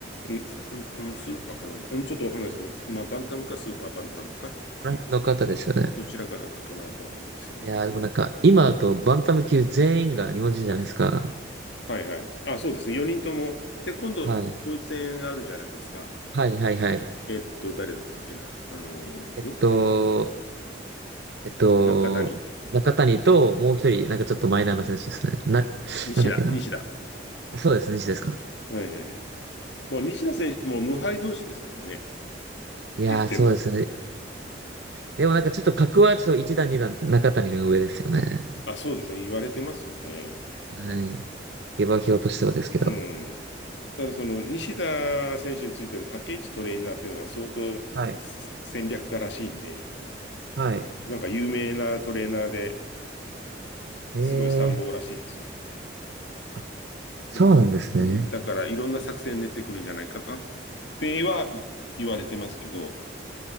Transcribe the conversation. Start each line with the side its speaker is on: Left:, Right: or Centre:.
Left: うん、すうんスーパーかな、うん、ちょっとわかんないですけど、まあ、バンタムかスーパーバンタムか、
Right: ここら辺の方ですよね。
Left: どちらかだったかなとは思うんですよね。
Right: いやー、でもなんか、今だとバンタム級全員が日本人じゃないですか。
Left: はいはい。あ、そうですね。4人とも。で、今度、
Right: はい。
Left: 統一戦あるじゃないですか。
Right: はい、はい、はい。
Left: えっと、誰だったっけな。あのーん
Right: えっと、えっと、
Left: 中谷
Right: 中谷ともう一人、なんかちょっとマイナーな選手ですね。な、
Left: 西田、
Right: なんだっけな。
Left: 西田。
Right: そうですね、西田ですか。
Left: はいはいはい。もう西田選手、もう無敗同士ですからね。
Right: いやー、
Left: 言っても。
Right: そうですね。でもなんかちょっと格はちょっと一段二段中谷の上ですよね。
Left: あ、そうですね。言われてますよね。
Right: はい。下馬評としてはですけど。
Left: うん。ただ、その西田選手についてる竹内トレーナーっていうのが相当す戦略家らしいんで、
Right: はい。はい。
Left: なんか有名なトレーナーで
Right: ええー
Left: すごい参謀らしいですよ。
Right: あ、そうなんですね。
Left: うん。うん。だから、いろんな作戦練ってくるんじゃないかなっては言われてますけど、